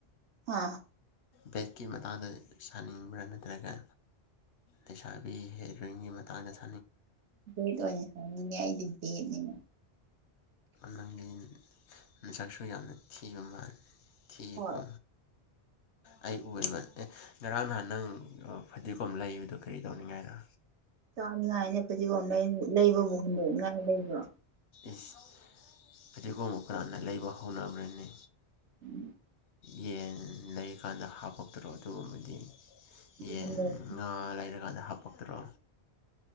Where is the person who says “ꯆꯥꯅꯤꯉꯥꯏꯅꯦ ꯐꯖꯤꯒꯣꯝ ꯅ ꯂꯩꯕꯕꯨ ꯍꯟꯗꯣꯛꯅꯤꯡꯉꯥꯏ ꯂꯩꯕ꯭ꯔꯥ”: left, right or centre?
Right